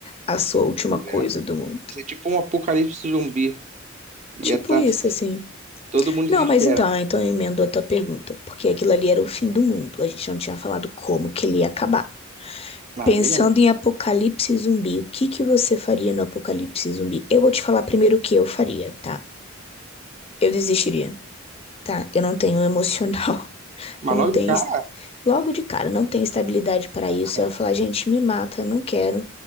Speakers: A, on the left; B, on the right.
A: a sua última
B: Pois
A: coisa
B: é.
A: do mundo.
B: Isso é tipo um apocalipse zumbi. Ia
A: Tipo
B: estar
A: isso, assim.
B: todo mundo
A: Não,
B: desesperado.
A: mas então, então eu emendo a tua pergunta, porque aquilo ali era o fim do mundo. A gente não tinha falado como que ele ia acabar.
B: Ah,
A: Pensando
B: é verdade.
A: em apocalipse zumbi, o que que você faria no apocalipse zumbi? Eu vou te falar primeiro o que eu faria, tá? Eu desistiria, tá? Eu não tenho emocional, <laughs>
B: Mas
A: eu não
B: logo
A: tenho
B: de cara?
A: est- logo de cara, não tenho estabilidade para
B: Ah,
A: isso.
B: não.
A: Eu ia falar, gente, me mata, não quero,